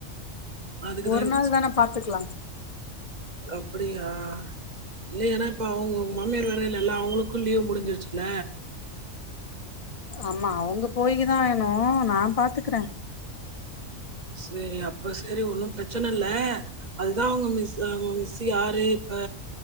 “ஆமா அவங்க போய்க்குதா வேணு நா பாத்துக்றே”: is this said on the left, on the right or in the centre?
Left